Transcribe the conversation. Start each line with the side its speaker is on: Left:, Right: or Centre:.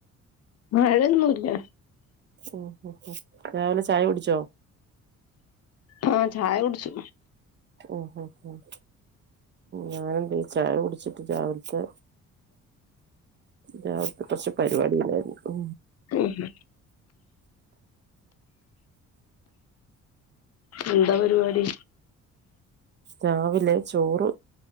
Left: മഴയൊന്നുല്ല
Right: ഉ രാവിലെ ചായ കുടിച്ചോ
Left: ആഹ് ചായ കുടിച്ചു
Right: ഉ ഞാനെന്താ ചായ കുടി വച്ചിട്ട് രാവിലത്തെ രാവിലത്തെ കുറച്ച് പരിപാടി ഇല്ലായിരുന്നു ഓ ഉ
Left: ഉം എന്താ പരിപാടി
Right: രാവിലെ ചോറ്